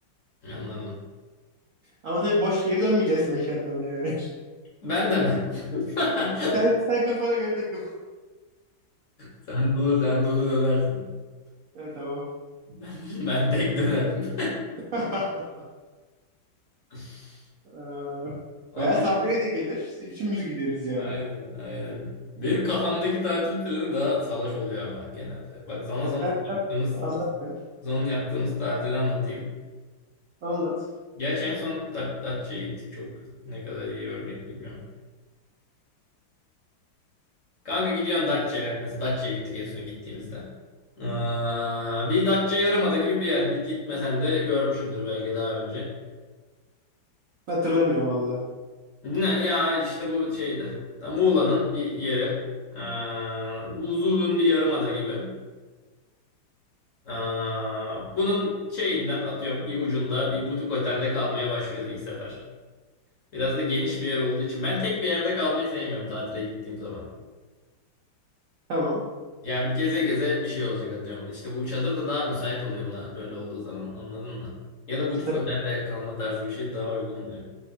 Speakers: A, on the left; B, on the right.
A: anladım.
B: Ama tabii boş geri dönmeyeceğiz mekandan yani. <laughs>
A: Ben de mi? <laughs>
B: Sen, sen kafana göre takıl.
A: Sen dolu sen dolu dönersin. <laughs>
B: Evet, tamam.
A: Ben, ben tek dönerim.
B: <laughs>
A: <laughs>
B: Ee,
A: Abi
B: veya Sabri'ye de gelir. Üçümüz gideriz yani.
A: Aynen, aynen. Benim kafamdaki tatil planı daha salaş oluyor ama genelde. Bak sana
B: Ya
A: son
B: Sen,
A: yaptığımız
B: sen anlat.
A: son yaptığımız tatili anlatayım.
B: Anlat.
A: Gerçi en son Dat Datça'ya gittik çok. Ne kadar iyi örnek bilmiyorum. Kanka gidiyorsun Datça'ya. Mesela Datça'ya gittik en son gittiğimizde. Aa, bir Datça Yarımada gibi bir yer. Bir gitmesen de görmüşsündür belki daha önce.
B: Hatırlamıyorum valla.
A: Yani ya işte bu şeydi. Ta Muğla'nın bir yeri. Aa, uzun bir yarımada gibi. Aa, bunun şeyinden atıyorum bir ucunda bir butik otelde kalmaya başlıyoruz ilk sefer. Biraz da geniş bir yer olduğu için ben tek bir yerde kalmayı sevmiyorum tatile gittiğim zaman.
B: Tamam.
A: Yani bir geze geze bir şey olacak atıyorum. İşte bu çadır da daha müsait oluyor buna böyle olduğu zaman anladın mı? Ya da butik
B: Hatır-
A: otelde kalma tarzı bir şey daha uygun oluyor.